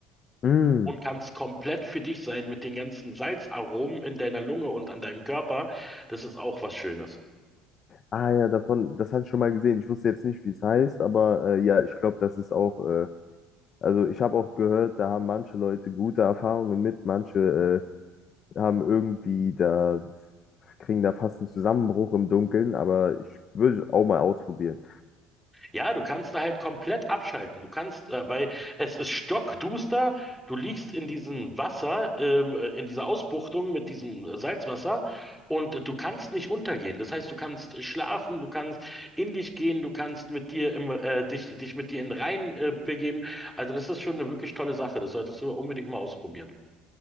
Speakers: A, on the left; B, in the centre.
A: Mm.
B: und kannst komplett für dich sein mit den ganzen Salzaromen in deiner Lunge und an deinem Körper. Das ist auch was Schönes.
A: Ah ja, davon, das hatte ich schon mal gesehen. Ich wusste jetzt nicht, wie es heißt, aber äh, ja, ich glaube, das ist auch, äh, also ich habe auch gehört, da haben manche Leute gute Erfahrungen mit, manche äh, haben irgendwie da, kriegen da fast einen Zusammenbruch im Dunkeln, aber ich würde auch mal ausprobieren.
B: Ja, du kannst da halt komplett abschalten. Du kannst, äh, weil es ist stockduster, du liegst in diesem Wasser, ähm, äh, in dieser Ausbuchtung mit diesem äh, Salzwasser und äh, du kannst nicht untergehen. Das heißt, du kannst schlafen, du kannst in dich gehen, du kannst mit dir im, äh, dich, dich mit dir in den Rhein, äh, begeben. Also das ist schon eine wirklich tolle Sache. Das solltest du unbedingt mal ausprobieren.